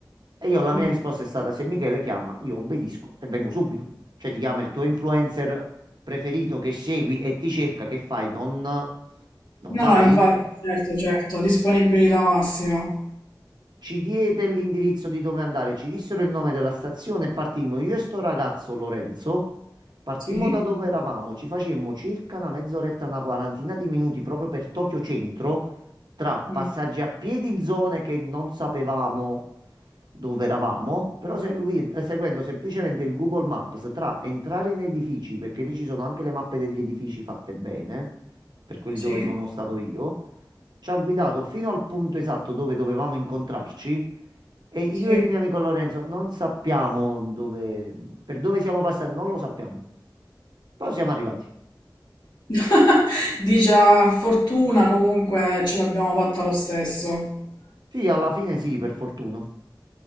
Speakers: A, on the right (about 65°); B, on the left (about 65°).
A: E io la
B: Mm.
A: mia risposta è stata, se Michele chiama, io obbedisco e vengo subito. Cioè ti chiama il tuo influencer preferito che segui e ti cerca, che fai? Non, non
B: No,
A: vai?
B: no, infatti, certo, certo, disponibilità massima.
A: Ci diede l'indirizzo di dove andare, ci dissero il nome della stazione e partimmo. Io e sto ragazzo Lorenzo partimmo
B: Sì,
A: da dove eravamo, ci facemmo circa una mezz'oretta, una quarantina di minuti proprio per Tokyo Centro, tra passaggi
B: Mm.
A: a piedi in zone che non sapevamo dove eravamo, però segui- eh, seguendo semplicemente il Google Maps tra entrare in edifici, perché lì ci sono anche le mappe degli edifici fatte bene, per quelli
B: sì,
A: dove sono stato io ci ha guidato fino al punto esatto dove dovevamo incontrarci e io
B: sì.
A: e il mio amico Lorenzo non sappiamo dove, per dove siamo passati, non lo sappiamo. Però siamo arrivati.
B: <laughs> Dice, "Ah, fortuna, comunque ce l'abbiamo fatta lo stesso.
A: Sì, alla fine sì, per fortuna.